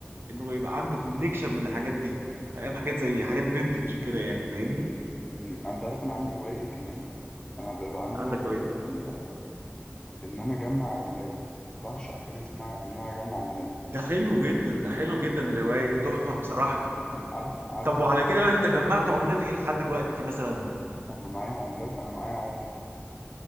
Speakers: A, on the right; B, on the left.
A: انه يبقى عنده كوليكشن من الحاجات دي فاهم حاجات زي حاجات فينتج كده يعني فاهمني
B: مم. انت عارف انا عندي هواية ايه كمان انا بيبقى عندي
A: عندك
B: بقى هواية
A: هوايته
B: ال- ان انا اجمع عملات بعشق حاجة اسمها ان انا اجمع عملات
A: ده حلو جدا ده حلو جدا الهواية دي تحفة بصراحة
B: انا عارف عارف
A: طب
B: انت
A: وعلى كده بقى انت جمعت عملات ايه لحد دلوقتي مثلا
B: انا معايا عملات انا معايا عملة